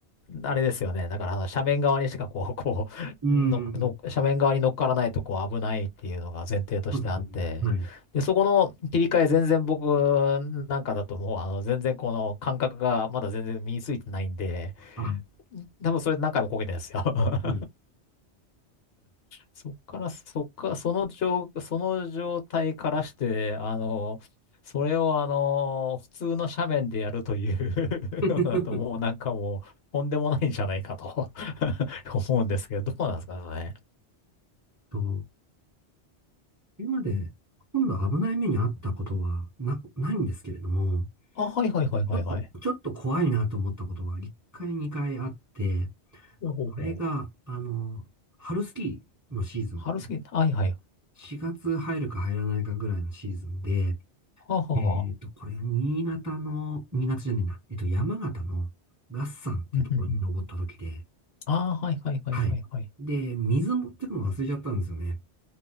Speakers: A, on the left (about 65°); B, on the right (about 25°).
A: あれですよね。だから、あの、斜面側にしかこう、<laughs> こう、
B: うん。
A: の、の、斜面側に乗っからないと、こう、危ないっていうのが前提としてあって、
B: そうですね。はい。
A: で、そこの切り替え、全然僕なんかだともう、あの、全然この感覚がまだ全然身についてないんで、
B: あ、は
A: 多分それ何回もこけてるんですよ。<laughs>
B: い。
A: そっから、そっか、その状、その状態からして、あの、それをあの、普通の斜面でやるという
B: <laughs>
A: <laughs> のだともうなんかもう、とんでもないんじゃないかと <laughs> 思うんですけど、どうなんですかね。
B: と、今まで、ほとんど危ない目に遭ったことはな、ないんですけれども、
A: あ、はいはいはいはいはい。
B: ちょっと、ちょっと怖いなと思ったことは、1回、2回あって、
A: ほうほうほう。
B: これが、あの、春スキーのシーズン、
A: 春すぎ、はいはい。は
B: 4月入るか入らないかぐらいのシーズンで、
A: あ、はあはあ。
B: えっと、これ、新潟の、新潟じゃねえな、えっと、山形の月山っていうところに登った時で、
A: うんうんうん。ああ、はいはいはいはいはい。
B: はい。で、水持ってくの忘れちゃったんですよね。